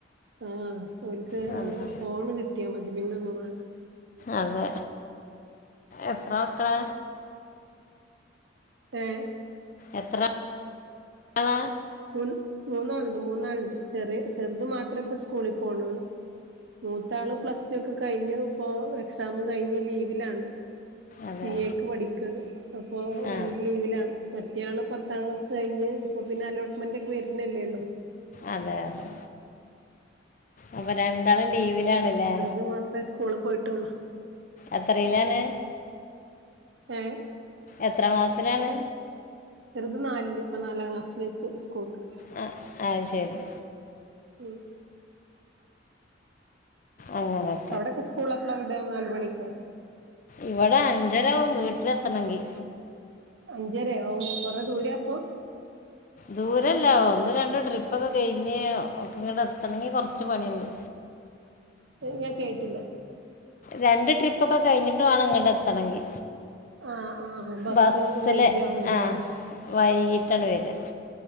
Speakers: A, on the right; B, on the left.
A: ആഹ ഒൽക്ക്
B: അതാണ്
A: ആ ഫോണ് കിട്ടിയാ മതി പിന്നെ ഒന്ന് വാണ്ട
B: അതെ എത്ര മക്കളാ
A: ഏഹ്
B: എത്ര ള
A: മ മൂന്നാളുണ്ട് മൂന്നാളുണ്ട് ചെറിയ ചെറുത് മാത്രമേ ഇപ്പ സ്കൂളിൽ പോണള്ളൂ മൂത്താള് പ്ലസ് ടു ഒക്കെ കഴിഞ്ഞു ഇപ്പോ എക്സാം കഴിഞ്ഞ് ലീവിലാണ്
B: അതെ
A: സി എക്ക് പഠിക്കയാണ് അപ്പൊ
B: ആ
A: ഒൻ ലീവിലാണ് മറ്റയാൾ പത്താം ക്ലാസ് കഴിഞ്ഞ് ഇപ്പോൾ പിന്നെ അലോട്ട്മെൻറ് ഒക്കെ വരുന്നല്ലേ ഉള്ളൂ
B: അതെ അതെ അപ്പൊ രണ്ടാളും ലീവിലാണല്ലേ
A: അത് മാത്രം സ്കൂ സ്കൂളിൽ പോയിട്ടുള്ളൂ
B: എത്രയിലാണ്
A: ഏഹ്
B: എത്രാം ക്ലാസിലാണ്
A: ചെറ്ത് നാലില് ഇപ്പൊ നാലാം ക്ലാസ്സിലേക്ക് സ്കൂൾക്ക്
B: ആ ആ ശരി
A: ഉം
B: അങ്ങനെ
A: അവിടൊക്കെ സ്കൂളെപ്പളാ വിടാ നാല് മണിക്കോ
B: ഇവിടെ അഞ്ചരാവും വീട്ടിലെത്തണെങ്കി
A: അഞ്ചരയോ കൊറേ ദൂരെയാപ്പൊ
B: ദൂരെയല്ല ഒന്ന് രണ്ട് ട്രിപ്പൊക്കെ കഴിഞ്ഞ് ഒക്കെ ഇങ്ങ്ടെത്തണെങ്കി കൊറ്ച്ച് പണിയ്ണ്ട്
A: ഏ ഞാൻ കേട്ടില്ല
B: രണ്ട് ട്രിപ്പൊക്കെ കഴിഞ്ഞിട്ട് വാണം ഇങ്ങ്ട്ടെത്തണെങ്കി
A: ആഹ് ആഹ് ബസ്
B: ബസ്സിലെ
A: വൈകിയാവും വരല്ലേ
B: ആഹ് വൈകിട്ടാണ് വര്അ